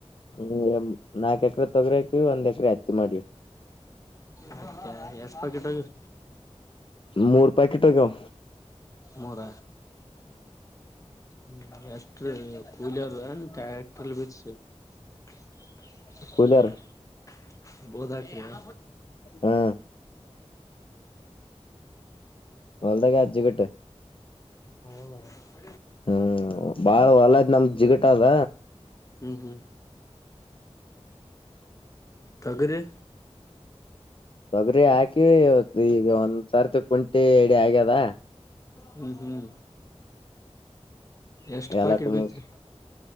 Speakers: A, on the left; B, on the left.
A: ಹ ನಾಕ್ ಎಕರೆ ತೊಗರಿ ಹಾಕಿವ, ಒಂದ್ ಎಕರೆ ಹತ್ತಿ ಮಾಡೀವಿ.
B: ಹತ್ತಿ ಎಷ್ಟು ಪಾಕೆಟ್ ಹೋಗ್ಯವಾ?
A: ಮೂರು ಪಾಕೆಟ್ ಹೋಗ್ಯಾವ.
B: ಮೂರ ಹ್ಮ ಎಷ್ಟ್ರ ಕೂಲೆರ್ ಏನು ಟ್ಯಾಕ್ಟ್ರಲ್. <unintelligible> <inaudible>
A: ಕೂಲರ್
B: ಬೋದ ಹಾಕಿರ?
A: ಹಾ ಹೊಲದಾಗ ಆದ ಜಿಗುಟು.
B: ಹ್ಮ್
A: ಹ್ಮ್ ಬಾಳ ಹೊಲ ನಮ್ದ್ ಜಿಗಟ ಅದ.
B: ಹ್ಮ್ ಹ್ಮ್. ತೊಗರಿ?
A: ತೊಗರಿ ಹಾಕಿ ಈಗ ಒಂದ್ ಸಾರ್ತಿ ಕುಂಟಿ ಎಡಿ ಆಗ್ಯದ.
B: ಹ್ಮ್ ಹ್ಮ್. ಎಷ್ಟು
A: ಎಲ್ಲಾಟ
B: ಪಾಕೆಟ್ ಬಿತ್ತಿರಿ?
A: ಮುಗ್